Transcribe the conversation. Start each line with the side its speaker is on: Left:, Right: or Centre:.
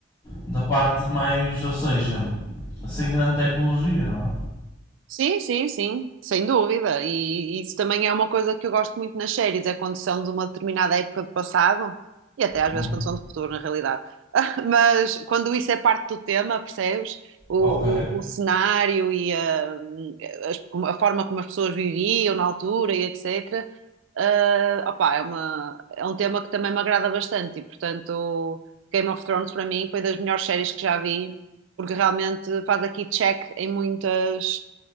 Left: da parte mais, ou seja, sem grande tecnologia, não é?
Right: Sim, sim, sim, sem dúvida. E isso também é uma coisa que eu gosto muito nas séries, é quando são de uma determinada época do passado e até às
Left: Uhum.
Right: vezes quando são de futuro, na realidade. <laughs> Mas quando isso é parte do tema, percebes? O,
Left: Ok,
Right: o, o cenário e a, as- a forma como as pessoas viviam na altura e etc. Ah, opá, é uma, é um tema que também me agrada bastante e, portanto, Game of Thrones para mim foi das melhores séries que já vi, porque realmente faz aqui check em muitas,